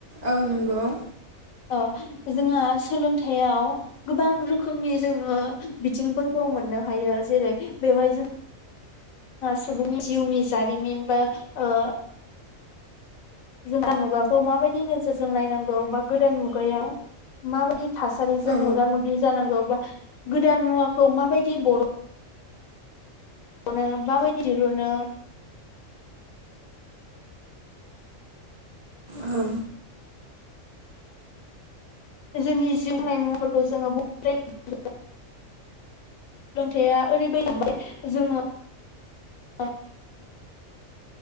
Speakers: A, on the right; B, on the left.
A: औ नंगौ
B: औ जोंहा सोलोंथाय सोलोंथायाव गोबां रोखोमनि जोङो बिथिंफोरखौ मोननो हायो। जेरै बेवहाय जों सुबुंनि जिउनि जारिमिन बा ओ जोंहा मुगाखौ माबायदि नोजोरजों नायनां बा गोदान मुगायाव माबायदि थासारिजों
A: औ
B: मोगा मोगि जानांगौ बा गोदान मुवा मुवाखौ माबायदि बरन बरनो माबायदि दिरुनो
A: औ।
B: जोंनि जिउनि मुंवाफोरखौ जोङो बबेनिफ्राय सोलोंथाया ओरैबायदि जालांबाय जोङो